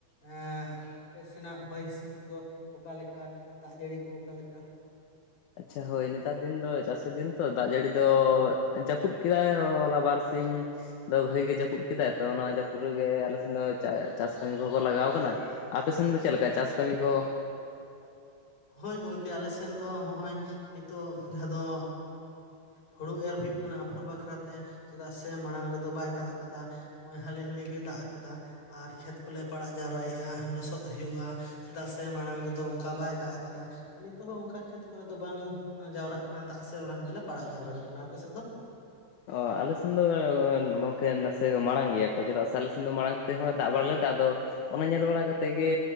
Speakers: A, on the left; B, on the left.
A: ᱟᱸ ᱟᱯᱮ ᱥᱮᱱᱟᱜ ᱦᱚᱭ ᱦᱤᱸᱥᱤᱫ ᱠᱚᱫᱚ ᱚᱠᱟᱞᱮᱠᱟ ᱫᱟᱜ ᱡᱟᱹᱲᱤ ᱠᱚ ᱚᱠᱟ ᱞᱮᱠᱟ
B: ᱟᱪᱪᱷᱟ ᱦᱳᱭ ᱱᱮᱛᱟᱨ ᱫᱤᱱ ᱫᱚ ᱪᱟᱹᱥᱤ ᱫᱤᱱ ᱛᱚ ᱫᱟᱜ ᱡᱟᱹᱲᱤ ᱫᱚ ᱡᱟᱹᱯᱩᱫ ᱠᱮᱫᱟᱭ ᱦᱚᱞᱟ ᱵᱟᱨᱥᱤᱧ ᱫᱚ ᱵᱷᱟᱹᱜᱤ ᱜᱮ ᱡᱟᱹᱯᱩᱫ ᱠᱮᱫᱟᱭ ᱛᱚ ᱱᱚᱣᱟ ᱡᱟᱹᱯᱩᱫ ᱨᱮᱜᱮ ᱟᱞᱮ ᱥᱮᱱ ᱫᱚ ᱪᱟ ᱪᱟᱥ ᱠᱟᱹᱢᱤ ᱠᱚᱠᱚ ᱞᱟᱜᱟᱣ ᱠᱟᱱᱟ ᱟᱯᱮ ᱥᱮᱱ ᱫᱚ ᱪᱮᱫ ᱞᱮᱠᱟ ᱪᱟᱥ ᱠᱟᱹᱢᱤ ᱠᱚ
A: ᱦᱳᱭ ᱜᱚᱝᱠᱮ ᱟᱞᱮ ᱥᱮᱱ ᱫᱚ ᱱᱚᱜᱼᱚᱭ ᱱᱤᱛᱚᱜ ᱡᱟᱦᱟᱸ ᱫᱚ ᱦᱳᱲᱩ ᱮᱨ ᱦᱩᱭᱩᱜ ᱠᱟᱱᱟ ᱟᱯᱷᱚᱨ ᱵᱟᱠᱷᱨᱟᱛᱮ ᱪᱮᱫᱟᱜ ᱥᱮ ᱢᱟᱲᱟᱝ ᱨᱮᱫᱚ ᱵᱟᱭ ᱫᱟᱜ ᱟᱠᱟᱫᱟ ᱱᱚᱜᱼᱚᱭ ᱦᱟᱞᱤ ᱦᱟᱞᱤ ᱜᱮ ᱫᱟᱜ ᱟᱠᱟᱫᱟ ᱟᱨ ᱠᱷᱮᱛ ᱠᱚᱞᱮ ᱯᱟᱲᱟᱜ ᱡᱟᱣᱨᱟᱭᱮᱜᱼᱟ ᱞᱚᱥᱚᱫ ᱦᱩᱭᱩᱜᱼᱟ ᱪᱮᱫᱟᱜ ᱥᱮ ᱢᱟᱲᱟᱝ ᱨᱮᱫᱚ ᱚᱱᱠᱟ ᱵᱟᱭ ᱫᱟᱜ ᱟᱠᱟᱫᱟ ᱟᱨ ᱱᱤᱛᱚᱜ ᱦᱚᱸ ᱚᱱᱠᱟ ᱠᱷᱮᱛ ᱠᱚᱨᱮ ᱫᱚ ᱵᱟᱝ ᱡᱟᱣᱨᱟᱜ ᱠᱟᱱᱟ ᱫᱟᱜ ᱥᱮ ᱚᱱᱟ ᱠᱚᱫᱚᱞᱮ ᱯᱟᱲᱟᱜ ᱡᱟᱣᱨᱟ ᱠᱟᱜ ᱠᱟᱱᱟ ᱟᱯᱮ ᱥᱮᱫ ᱫᱚ
B: ᱚᱻ ᱟᱞᱮ ᱥᱮᱱ ᱫᱚ ᱜᱚᱝᱠᱮ ᱱᱟᱥᱮ ᱢᱟᱲᱟᱝ ᱜᱮᱭᱟ ᱠᱚ ᱪᱮᱫᱟᱜ ᱥᱮ ᱟᱞᱮ ᱥᱮᱱ ᱫᱚ ᱢᱟᱲᱟᱝ ᱛᱮᱦᱚᱸ ᱫᱟᱜ ᱵᱟᱲᱟ ᱞᱮᱫᱟ ᱟᱫᱚ ᱚᱱᱟ ᱧᱮᱞ ᱵᱟᱲᱟ ᱠᱟᱛᱮᱫ ᱜᱮ